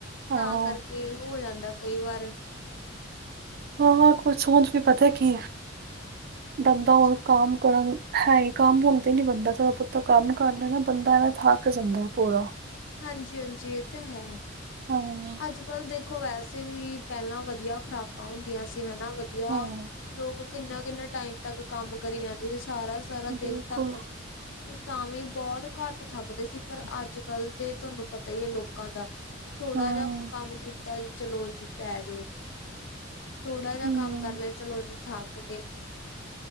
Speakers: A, on the right; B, on the left.
A: ਹਾਂ
B: ਤਾਂ ਕਰਕੇ। ਕੇ, ਹੋ ਜਾਂਦਾ ਕਈ ਵਾਰ।
A: ਹਾਂ-ਹਾਂ ਕੁਝ, ਓਂਝ ਵੀ ਪਤਾ ਕੀ ਹੈ, ਬੰਦਾ
B: ਹਾਂਜੀ
A: ਹੋਨ ਕੰਮ ਕਰਨ ਹਾਏ, ਕੰਮ ਹੁੰਦੇ ਨੀ ਬੰਦਾ ਥੋੜਾ-ਬਹੁਤਾ ਕੰਮ ਕਰ ਲਏ ਨਾ ਬੰਦਾ ਐਵੇਂ ਥੱਕ ਜਾਂਦਾ, ਪੂਰਾ।
B: ਹਾਂਜੀ-ਹਾਂਜੀ ਇਹ ਤੇ ਹੈ।
A: ਹਾਂ, ਅ
B: ਅੱਜ-ਕੱਲ ਦੇਖੋ ਵੈਸੇ ਵੀ, ਪਹਿਲਾਂ ਵਧੀਆ ਖੁਰਾਕਾਂ ਹੁੰਦੀਆਂ ਸੀ, ਹੇਨਾ ਵਧੀਆ
A: ਹਾਂ।
B: ਲੋਕ ਕਿੰਨਾ-ਕਿੰਨਾ ਟਾਈਮ ਤੱਕ ਕੰਮ ਕਰੀ ਜਾਂਦੇ ਸੀ, ਸਾਰਾ-ਸਾਰਾ
A: ਬਿਲਕੁਲ,
B: ਦਿਨ ਤੱਕ। ਉਹ ਤਾਂ ਵੀ, ਬਹੁਤ ਘੱਟ ਥੱਕਦੇ ਸੀ। ਪਰ ਅੱਜ-ਕੱਲ ਤੇ ਤੁਹਾਨੂੰ ਪਤਾ ਹੀ ਹੈ ਲੋਕਾਂ ਦਾ। ਥੋੜ੍ਹਾ
A: ਹੂੰ,
B: ਜਿਹਾ ਕੰਮ ਕੀਤਾ ਜੀ ਚਲੋ ਜੀ, ਪੈਜੋ। ਥੋੜਾ ਜਿਹਾ
A: ਹੂੰ।
B: ਕੰਮ ਕਰ ਲਇਆ, ਚਲੋ ਜੀ ਥਾੱਕ ਗਏ।